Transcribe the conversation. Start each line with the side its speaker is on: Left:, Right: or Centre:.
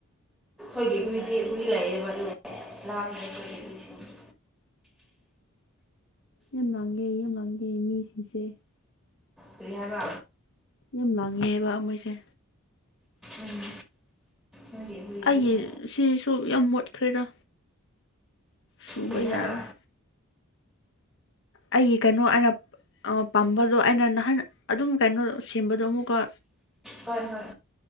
Centre: ꯑꯩꯈꯣꯏꯒꯤ ꯍꯨꯏꯗꯤ ꯍꯨꯏ ꯂꯩꯌꯦꯕ ꯑꯗꯨꯒꯤ ꯂꯥꯡꯗꯦ ꯑꯈꯣꯏꯒꯤ ꯍꯨꯏꯁꯤꯗꯤ
Left: ꯌꯥꯝ ꯂꯥꯡꯒꯦ ꯌꯥꯝ ꯂꯥꯡꯒꯦ ꯃꯤꯁꯤꯡꯁꯦ
Centre: ꯀꯔꯤ ꯍꯥꯏꯕ
Left: ꯌꯥꯝ ꯂꯥꯡꯉꯦꯕ ꯃꯣꯏꯁꯦ
Centre: ꯎꯝ ꯅꯣꯏꯒꯤ ꯍꯨꯏꯁꯤꯗꯤ
Left: ꯑꯩꯒꯤ ꯁꯤꯁꯨ ꯌꯥꯝ ꯃꯣꯠꯈ꯭ꯔꯦꯗ ꯁꯨꯕ
Centre: ꯀꯔꯤ
Left: ꯌꯥꯔꯣꯏ
Centre: ꯍꯥꯏꯕ
Left: ꯑꯩꯒꯤ ꯀꯩꯅꯣ ꯑꯔꯞ ꯑ ꯄꯥꯝꯕꯔꯣ ꯑꯩꯅ ꯅꯍꯥꯟ ꯑꯗꯨꯝ ꯀꯩꯅꯣ ꯁꯦꯝꯕꯗꯣ ꯑꯃꯨꯛꯀ
Centre: ꯍꯣꯏ ꯍꯣꯏ